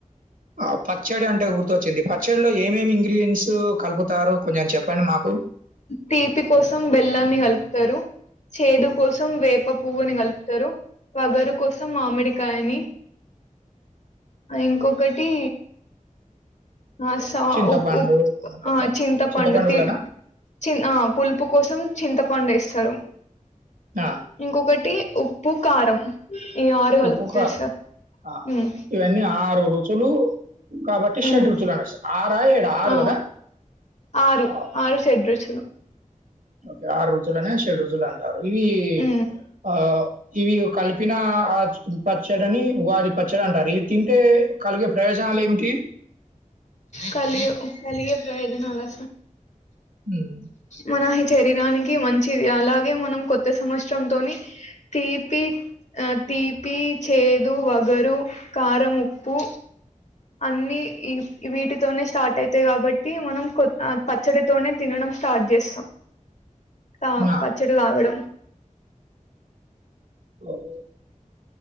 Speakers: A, on the right; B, on the left.
A: ఆ పచ్చడి అంటే గుర్తోచ్చింది పచ్చడిలో ఏమేమి ఇంగ్రిడియంట్స్ కలుపుతారు కొంచెం చెప్పండి మాకు
B: తీపి కోసం బెల్లాన్ని కలుపుతారు చేదు కోసం వేప పువ్వుని కలుపుతారు వగరు కోసం మామిడికాయని ఇంకొకటి ఆ స
A: చింతపండు
B: ఉప్ ఉప్
A: అనుకుంటా.
B: ఆ చింతపండు తి
A: కూడానా?
B: చిన్ ఆ పులుపు కోసం చింత పండేస్తారు
A: ఆ!
B: ఇంకొకటి ఉప్పు కారం ఈ ఆరు కలుపుతారు
A: ఉప్పుకారం
B: సార్.
A: ఆ
B: హ్మ్
A: ఇవన్నీ ఆరు రు రుచులు కాబట్టి
B: హ్మ్
A: షడ్ రుచులు అని వస్తయ్ ఆరా ఏడా ఆరు
B: ఆ
A: కదా
B: ఆరు
A: ఆ,
B: ఆరు షెడ్రుచులు
A: ఓకే ఆరు రుచులనే షెడ్ రోజులు అంటారు ఇవి
B: హ్మ్
A: ఆ ఇవి కలిపిన ఆ పచ్చడిని ఉగాది పచ్చడి అంటారు ఇది తింటే కలిగే ప్రయోజనాలు ఏమిటి
B: కలి కలిగే ప్రయోజనాలు
A: ఉమ్,
B: మన శరీరానికి మంచిది అలాగే మనం కొత్త సంవత్సరంతోని తీపి ఆ తీపి చేదు వగరు కారం ఉప్పు అన్ని ఇ-వీటితోనే స్టార్ట్ అయితాయి కాబట్టి మనం కొ పచ్చడితోనే తినడం స్టార్ట్ చేస్తాం తా
A: ఆ,
B: పచ్చడి తాగడం
A: <inaudible>